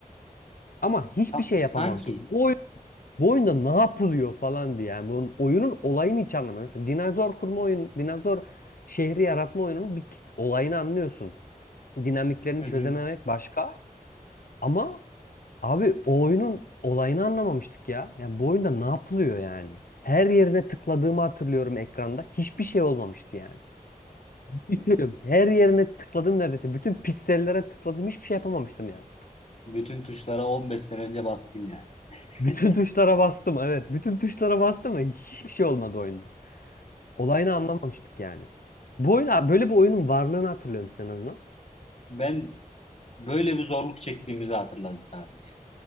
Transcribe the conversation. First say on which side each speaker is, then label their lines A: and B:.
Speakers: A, on the left; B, on the left.
A: Ama hiçbir
B: Sa-
A: şey yapamamıştım.
B: sanki.
A: Bu, oy- bu oyunda ne yapılıyor falan diye. Yani bunun oyunun olayını hiç anlamadım. Mesela dinozor kurma oyun, dinozor şehri yaratma oyununun bir t- olayını anlıyorsun. Dinamiklerini
B: Hı
A: çözememek
B: hı.
A: başka. Ama abi o oyunun olayını anlamamıştık ya. Yani bu oyunda ne yapılıyor yani? Her yerine tıkladığımı hatırlıyorum ekranda. Hiçbir şey olmamıştı yani. Hiç söylüyorum. Her yerine tıkladım neredeyse. Bütün piksellere tıkladım. Hiçbir şey yapamamıştım yani.
B: Bütün tuşlara 15 sene önce bastın yani. <laughs>
A: Bütün tuşlara bastım evet. Bütün tuşlara bastım ve hiçbir şey olmadı oyunda. Olayını anlamamıştık yani. Bu oyun böyle bir oyunun varlığını hatırlıyor musun en azından?
B: Ben böyle bir zorluk çektiğimizi hatırladım sadece.